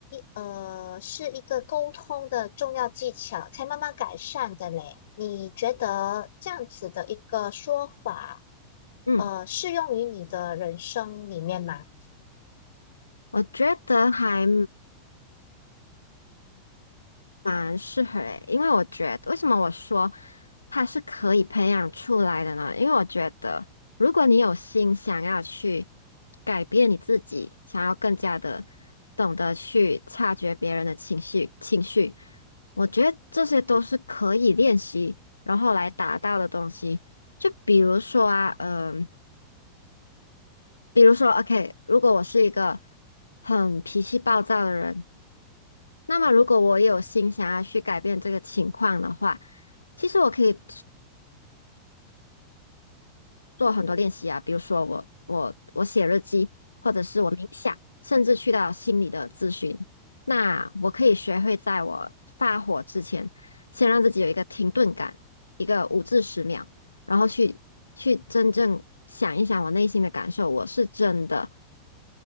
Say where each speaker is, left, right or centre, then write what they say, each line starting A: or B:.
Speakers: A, on the left (about 60°); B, on the left (about 80°).
A: 呃是一个沟通的重要技巧，才慢慢改善的嘞。你觉得这样子的一个说法，
B: 嗯
A: 呃，适用于你的人生里面吗？
B: 我觉得还蛮适合诶，因为我觉得为什么我说它是可以培养出来的呢？因为我觉得如果你有心想要去改变你自己，想要更加的懂得去察觉别人的情绪情绪，我觉得这些都是可以练习，然后来达到的东西。就比如说啊，嗯、比如说，OK，如果我是一个很脾气暴躁的人。那么，如果我也有心想要去改变这个情况的话，其实我可以
A: 嗯
B: 做很多练习啊，比如说我我我写日记，或者是我冥想，甚至去到心理的咨询。那我可以学会在我发火之前，先让自己有一个停顿感，一个五至十秒，然后去去真正想一想我内心的感受，我是真的。